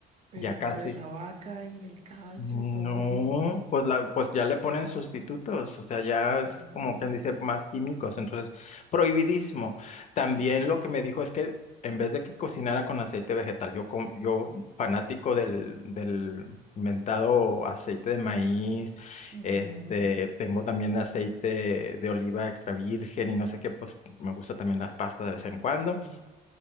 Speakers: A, on the right; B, on the left.
A: Pero
B: Ya
A: y
B: casi.
A: lo de la vaca y el calcio
B: No,
A: y todo eso.
B: pues la, pues ya le ponen sustitutos, o sea, ya es
A: No.
B: como quien dice más químicos, entonces prohibidísimo. También lo que me dijo es que en vez de que cocinara con aceite vegetal, yo com- yo fanático del del inventado aceite de maíz,
A: Ujú,
B: este, tengo también aceite de oliva extra virgen y no sé qué, pues me gusta también la pasta de vez en cuando.
A: Sí.